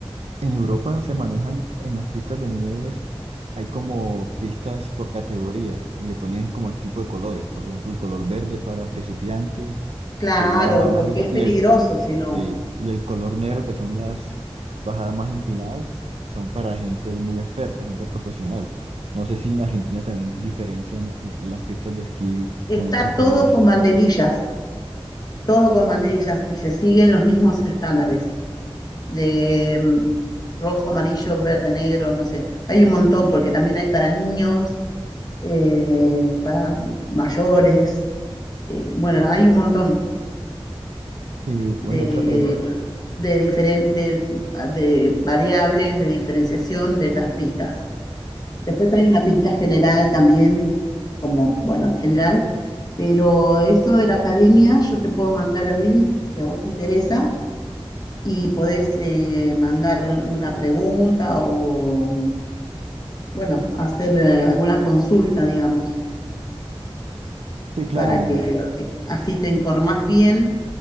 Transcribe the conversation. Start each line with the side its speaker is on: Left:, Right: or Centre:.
Right: En Europa se manejan en las pistas de nieves, hay como pistas por categoría y le ponen como el tipo de colores. Por ejemplo, el color verde es para principiantes,
Left: Claro,
Right: que es la más bajita,
Left: porque es
Right: y
Left: peligroso
Right: el, co-
Left: si no.
Right: sí, y el color negro, que son las bajadas más empinadas, son para gente muy experta, gente profesional. No sé si en Argentina también diferencian en las pistas de esquí
Left: Está
Right: con estos colores.
Left: todo con banderillas, todo con banderillas y se siguen los mismos estándares de mm, rojo, amarillo, verde, negro, no sé. Hay un montón porque también hay para niños, eh, para mayores. eh, bueno, hay un montón
Right: Y bueno,
Left: de,
Right: otra pregunta.
Left: de, diferen- de, de variables de diferenciación de las pistas. Después hay una pista general también, como, bueno, en general, pero esto de la academia, yo te puedo mandar el link si a vos te interesa y podés eh, mandar una pregunta o, bueno, hacer eh, alguna consulta, digamos,
Right: Sí, claro,
Left: para
Right: me,
Left: que eh, así te informás bien